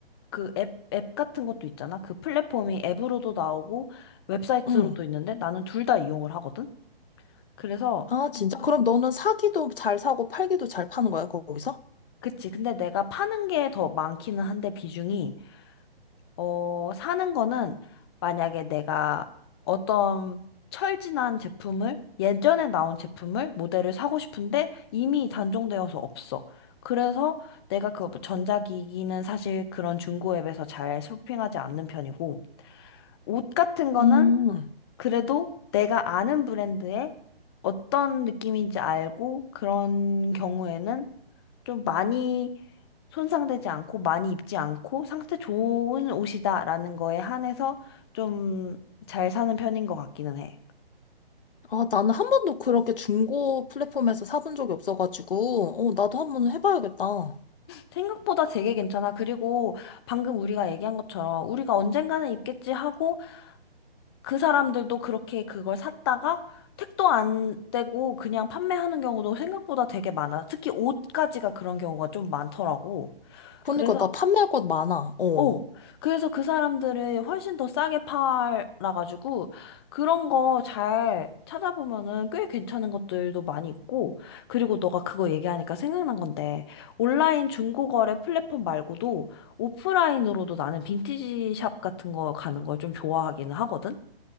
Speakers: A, on the left; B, on the left.
A: 그 앱, 앱 같은 것도 있잖아. 그 플랫폼이 앱으로도 나오고 웹사이트로도
B: 응.
A: 있는데 나는 둘 다 이용을 하거든. 그래서,
B: 아, 진짜? 그럼 너는 사기도 잘 사고 팔기도 잘 파는 거야, 거기서?
A: 그치. 근데 내가 파는 게 더 많기는 한데 비중이 어, 사는 거는 만약에 내가 어떤 철진한 제품을 예전에 나온 제품을 모델을 사고 싶은데 이미 단종되어서 없어. 그래서 내가 그 전자기기는 사실 그런 중고 앱에서 잘 쇼핑하지 않는 편이고 옷 같은 거는
B: 음.
A: 그래도 내가 아는 브랜드의 어떤 느낌인지 알고 그런 경우에는 좀 많이 손상되지 않고 많이 입지 않고 상태 좋은 옷이다라는 거에 한해서 좀 잘 사는 편인 것 같기는 해.
B: 아, 나는 한 번도 그렇게 중고 플랫폼에서 사본 적이 없어가지고, 어, 나도 한 번 해봐야겠다.
A: 생각보다 되게 괜찮아. 그리고 방금 우리가 얘기한 것처럼 우리가 언젠가는 입겠지 하고 그 사람들도 그렇게 그걸 샀다가 택도 안 떼고 그냥 판매하는 경우도 생각보다 되게 많아. 특히 옷까지가 그런 경우가 좀 많더라고.
B: 그러니까
A: 그래서
B: 나 판매할 것 많아. 어.
A: 어, 그래서 그 사람들을 훨씬 더 싸게 팔아가지고, 그런 거 잘 찾아보면은 꽤 괜찮은 것들도 많이 있고, 그리고 너가 그거 얘기하니까 생각난 건데, 온라인 중고거래 플랫폼 말고도 오프라인으로도 나는 빈티지 샵 같은 거 가는 걸 좀 좋아하기는 하거든?